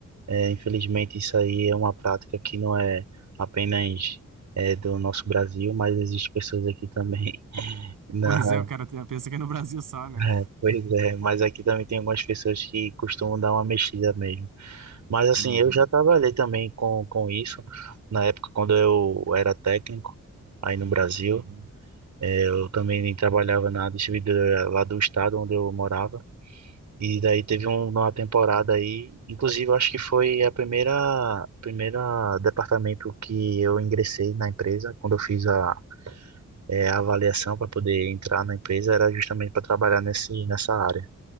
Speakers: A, on the right (about 65°); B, on the right (about 85°).
A: É, infelizmente, isso aí é uma prática que não é apenas é, do nosso Brasil, mas existe pessoas aqui também. <laughs> Na,
B: Pois é, o cara te- pensa que é no Brasil só, né?
A: é, pois é, mas aqui também tem algumas pessoas que costumam dar uma mexida mesmo. Mas assim,
B: Uhum,
A: eu já trabalhei também com, com isso, na época quando eu era técnico aí no Brasil.
B: uhum,
A: É, eu também trabalhava na distribuidora lá do estado onde eu morava. E daí teve um- uma temporada aí, inclusive eu acho que foi a primeira primeira departamento que eu ingressei na empresa, quando eu fiz a, é, a avaliação para poder entrar na empresa, era justamente para trabalhar nesse nessa área.